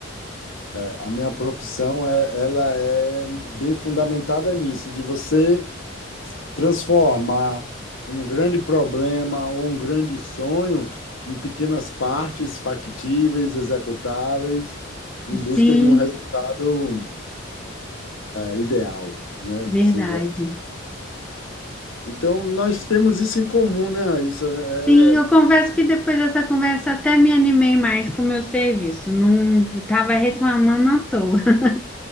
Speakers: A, on the left; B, in the centre.
A: É, A minha profissão é, ela é bem fundamentada nisso, de você transformar um grande problema ou um grande sonho em pequenas partes factíveis, executáveis, em busca
B: Sim,
A: de um resultado eh, ideal, né? Ou
B: verdade.
A: seja, então nós temos isso em comum, né, Raíssa? É,
B: Sim, eu confesso que depois dessa conversa até me animei mais com o meu serviço. Não estava reclamando à toa. <laughs>